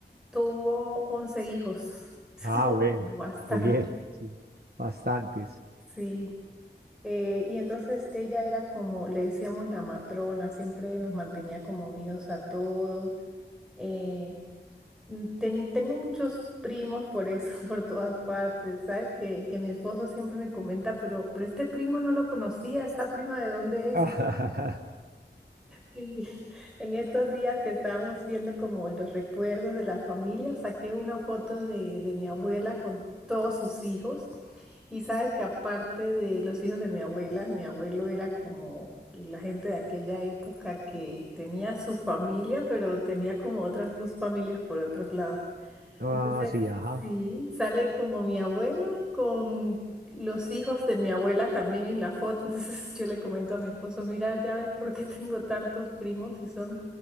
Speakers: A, in the centre; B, on the right.
A: tuvo 11 hijos, <laughs>
B: Ah,
A: tuvo
B: bueno,
A: bastante,
B: qué bien, sí, bastantes.
A: sí. Eh, y entonces ella era como, le decíamos la matrona, siempre nos mantenía como unidos a todos. Eh, mm, teni- tengo muchos primos por eso, <laughs> por todas partes. Sabes que, que mi esposo siempre me comenta, pero, pero este primo no lo conocía, ¿esta prima de dónde es?
B: <laughs>
A: Sí, <laughs> en estos días que estábamos viendo como los recuerdos de la familia, saqué una foto de, de mi abuela con todos sus hijos. Y sabes que aparte de los hijos de mi abuela, mi abuelo era como la gente de aquella época que tenía su familia, pero tenía como otras dos familias por otros lados.
B: Ah,
A: Entonces,
B: sí, ajá.
A: sí, sale como mi abuela con los hijos de mi abuela también en la foto. Entonces <laughs> yo le comento a mi esposo, mira, ya ves por qué tengo tantos primos y son